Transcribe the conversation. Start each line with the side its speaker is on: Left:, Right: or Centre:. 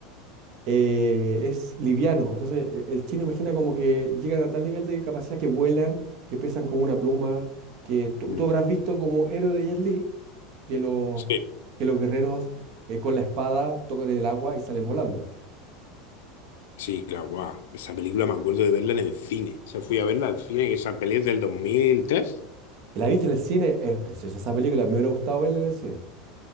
Right: eh, es liviano. Entonces, e- el chino imagina como que llegan a tal nivel de capacidad que vuelan, que pesan como una pluma, que tú,
Left: Mm.
Right: tú habrás visto como héroe de Jet Li, que los,
Left: Sí,
Right: que los guerreros eh, con la espada tocan el agua y salen volando.
Left: sí, claro, guau. Esa película me acuerdo de verla en el cine. O sea, fui a verla al cine, que esa peli es del 2003,
Right: Y la viste en el cine, es preciosa esa película, me hubiera gustado verla en el cine.